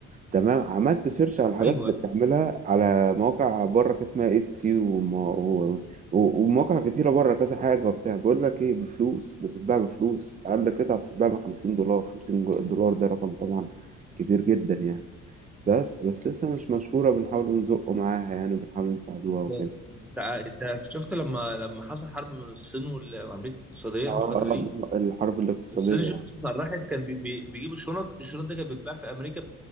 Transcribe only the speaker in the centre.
ايوه
ده انت انت شفت لما لما حصل حرب بين الصين وال- وامريكا اقتصاديا
الفتره دي
الصين شفت اسعار راحت كان بي... بي... بيجيبوا الشنط الشنط دي كانت بتتباع في امريكا ب